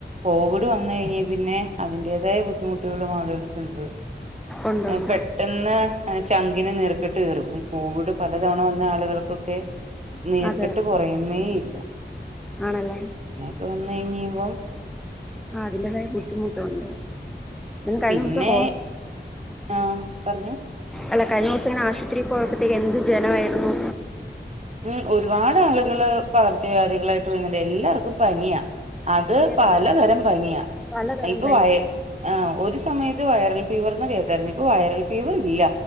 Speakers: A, on the right; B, in the centre.
A: കോവിഡ് വന്ന് കഴിഞ്ഞെ പിന്നെ അതിന്റേതായ ബുദ്ധിമുട്ടുള്ള ആളുകളുണ്ട്
B: ഉണ്ടുണ്ട്
A: പെട്ടെന്ന് ചങ്കിനെ നീർക്കിട്ട് കേറും ഈ കോവിഡ് പല തവണ വന്ന ആളുകൾ ഒക്കെ നീർക്കെട്ട്
B: അതെ
A: കുറയുന്നേ ഇല്ല
B: ആണല്ലേ
A: ഇത് വന്ന് കഴഞ്ഴിയുമ്പം
B: ആ അതിന്റെതായ ബുദ്ധിമുട്ടുണ്ട് കഴിഞ്ഞ
A: പിന്നെ
B: ദിവസം
A: ആഹ് പറഞ്ഞു
B: അല്ല കഴിഞ്ഞ ദിവസങ്ങനെ ആശുത്രി പോയപ്പത്തേക്ക് എന്ത് ജനായിരുന്നു
A: ഉം ഒരുപാട് ആളുകള് പകർച്ചവ്യാധികളായിട്ട് വരന്നുണ്ട് എല്ലാർക്കും പനിയാ അത്
B: അതേന്നെ
A: പലതരം പനിയാ
B: പലതരം
A: ഇപ്പൊ
B: പനിയാ
A: വയ് ഒരു സമയത്ത് വൈറൽ ഫീവർന്ന് കേൾക്കായിരുന്നു ഇപ്പ വൈറൽ ഫീവർ ഇല്ല